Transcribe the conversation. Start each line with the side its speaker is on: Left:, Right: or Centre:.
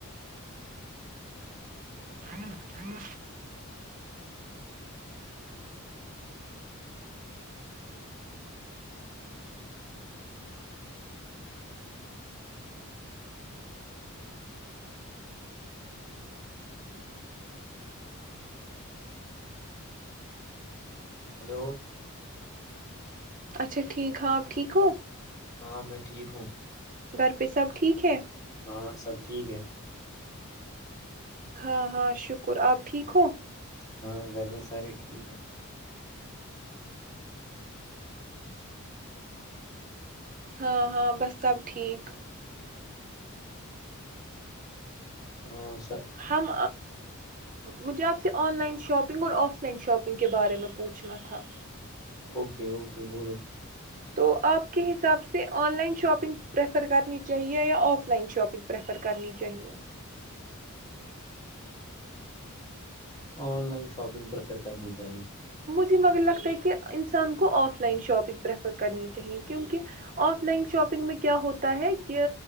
Right: ہوں ہوں
Left: ہلو
Right: اچھا ٹھیک آپ ٹھیک ہو
Left: ہاں میں ٹھیک ہوں
Right: گھر پہ سب ٹھیک ہے
Left: ہاں سب ٹھیک ہے
Right: ہاں ہاں شکر آپ ٹھیک ہو
Left: ہاں گھر میں سارے ٹھیک ہیں <unintelligible>
Right: ہاں ہاں بس سب ٹھیک
Left: ا
Right: ہم مجھے آپ سے آن لائن شاپنگ اور آف لائن شاپنگ کے بارے میں پوچھنا تھا
Left: اوکے اوکے بولو
Right: تو آپ کے حساب سے online shopping prefer prefer کرنی چاہیے یا آف لائن شاپنگ پریفر کرنی چاہیے
Left: ج اورن لائ شاپنگ پر اکر کرنی چاہیے
Right: م لگتا ہے کہ انسان کو آف لائن شاپنگ پریفر کرنی چاہیے کیونکہ آف لائن شاپنگ میں کیا ہوتا ہے کہ